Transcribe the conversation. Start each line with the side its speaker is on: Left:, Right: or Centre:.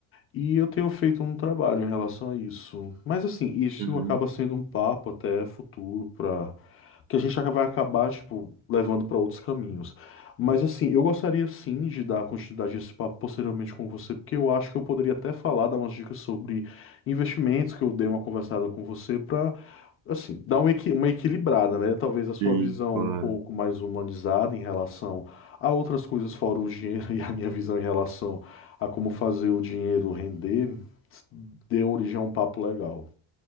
Left: E eu tenho feito um trabalho em relação a isso. Mas assim, isso
Right: uhum.
Left: acaba sendo um papo até futuro para que a gente aca- vai acabar, tipo, levando para outros caminhos. Mas assim, eu gostaria sim de dar continuidade a esse papo posteriormente com você, porque eu acho que eu poderia até falar, dar umas dicas sobre investimentos, que eu dei uma conversada com você para assim, dar uma, equi- uma equilibrada, né? Talvez a sua
Right: Sim,
Left: visão
Right: claro.
Left: um pouco mais humanizada em relação a outras coisas fora o dinheiro <laughs> e a minha visão em relação a como fazer o dinheiro render, deu origem a um papo legal.